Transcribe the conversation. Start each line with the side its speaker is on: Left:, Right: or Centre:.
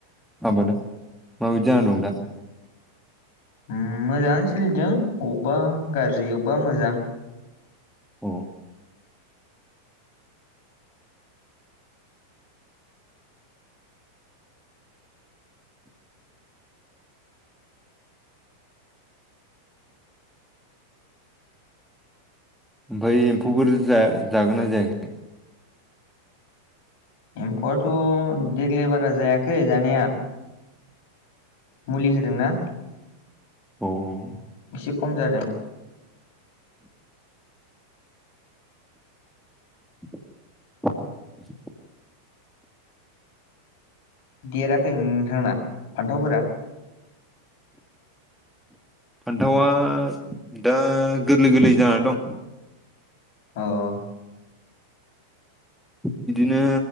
Centre: आबादा माबायदि जानानै दं दा?
Left: उम मोजाङानो सोलिदों अबेबा गाज्रि अबेबा मोजां।
Centre: अ। ओमफाय एम्फौफोर जा जागोना जायाखै?
Left: एम्फौआथ' देग्लाय बारा जायाखै जानाया मुलि होदोंना।
Centre: अह।
Left: एसे खम जादों।
Centre: <inaudible>
Left: देराखै नोंथांना फान्थावफोरा?
Centre: फान्थावा दा गोरलै गोरलै जाना दं।
Left: अह।
Centre: बिदिनो